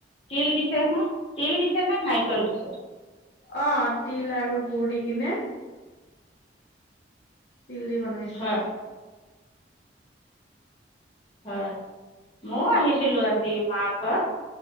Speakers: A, on the left (about 30°); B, on the left (about 65°).
A: তিল দিছে ন তিল দিছে ন নাৰিকল দিছে
B: অ তিল আৰু গুুৰ দি কিনে তিল্ বনাইছে
A: হয় হয় মইও আহিছিলো আজি মা ঘৰত